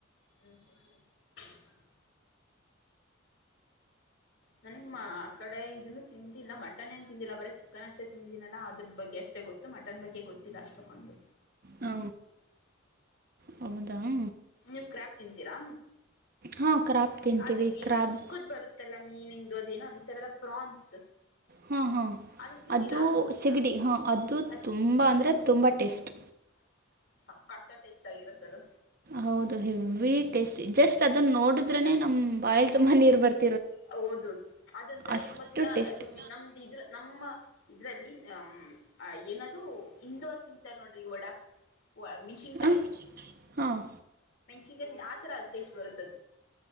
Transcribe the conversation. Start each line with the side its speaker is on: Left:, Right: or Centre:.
Left: ಹ್ಮ್ ಹ್ಮ್ <inaudible> ಹ್ಮ್ ನಾನಮ್ಮ ಆ ಕಡೆ ಇದನ್ನು ತಿಂದಿಲ್ಲ ಮಟನ್ ಏನ್ ತಿಂದಿಲ್ಲ ಬರ ಚಿಕನ್ ಅಷ್ಟೇ ತಿಂದಿನಲ್ಲಾ ಅದ್ರ ಬಗ್ಗೆ ಅಷ್ಟು ಅಷ್ಟ ಗೊತ್ತು ಮಟನ್ ಬಗ್ಗೆ ಗೊತ್ತಿಲ್ಲ ಅಷ್ಟು ಕೊಗೊಂಡು
Right: ಹ ಹೌದು ತಾನೇ
Left: ನೀ ಕ್ರ್ಯಾಬ್ ತಿನ್ಂತೀರಾ
Right: ಹಾಂ ಕ್ರಾಬ್ ತಿಂತೀವಿ
Left: ಅದು ಏನೋ
Right: ಕ್ರಾಬ್
Left: ಚಿಕ್ಕದ್ ಬರುತ್ತಲ್ಲ ಮೀನಿಂದ ಅದ ಏನೋ ಅಂತರಲ್ಲ ಪ್ರಾನ್ಸ್
Right: ಹ್ಮ ಹಾ
Left: ಅದನ್ ತಿಂದಿರಾ
Right: ಅದು ಸಿಗಡಿ ಹಾ ಅದು
Left: ಅಸ್
Right: ತುಂಬ ಅಂದ್ರೆ ತುಂಬ ಟೇಸ್ಟ್
Left: ಸಕ್ಕತ ಟೇಸ್ಟ್ ಆಗಿರುತ್ತದು
Right: ಹೌದು ಹೆವಿವಿ
Left: ಹ್ಮ್
Right: ಟೇಸ್ಟಿ ಜಸ್ಟ್ ಅದನ್ನ ನೋಡಿದ್ರನನೆ ನಮ್ ಬಾಯಲ್ ತುಂಬಾ ನೀರ್ ಬರ್ತ
Left: ಹೌದ ಅದೊಂಂತರ
Right: ಅಷ್ಟು
Left: ಹೆಂಗ ಮತ್ತ
Right: ಟೇಸ್ಟಿ
Left: ಅದು ಮ ನಮ್ದ ಇದ್ರ ನಮ್ಮ ಇದ್ರಲ್ಲಿ ಹ ಏನದು ಇಂದೋರ್ ತಿಂತಾರ ನೋಡ್ರಿ ವಡ ಒ ಮೆಣಸಿನಕಾಯಿ
Right: ಹಾಂ ಹಾಂ
Left: <unintelligible> ಆತರ <unintelligible> ಅದು ಟೇಸ್ಟ್ ಬರುತ್ತದು